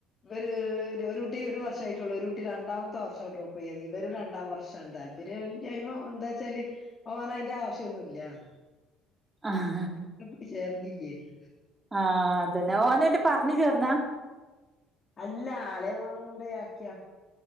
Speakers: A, on the left; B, on the right.
A: ഇവര് ഒരു കുട്ടി ഒരു വർഷം ആയിട്ടുള്ളൂ ഒരു കുട്ടി രണ്ടാമത്തെ വർഷം ഡ്രോപ്പ് ചെയ്യാ ഇവരു രണ്ടാം വർഷം എന്ത ഇവര് എന്താച്ചാല് പോകൻ അതിന്റെ ആവശ്യൊന്നുല്ല പരഞ്ഞ്
B: ആഹ്
A: കുട്ടി ചേരണ്ടില്ലേനി
B: ആഹ് അതന്നെ ഓനയിട്ട് പറഞ്ഞ് ചേർന്നാ
A: അല്ല അളിയൻ കൊണ്ടെയാക്കിയ